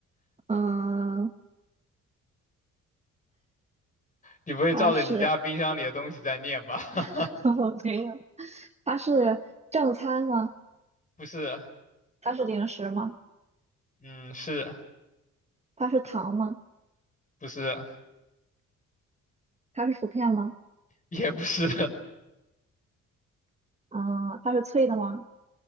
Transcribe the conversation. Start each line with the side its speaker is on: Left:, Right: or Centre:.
Right: 嗯、
Left: 你不会照着你家冰箱里的东西在念吧？
Right: 它是
Left: <laughs>
Right: <laughs> 我没有，它是正餐吗？
Left: 不是，
Right: 它是零食吗？
Left: 嗯，是
Right: 它是糖吗？
Left: 不是？
Right: 它是薯片吗？
Left: 也不是，
Right: 嗯、它是脆的吗？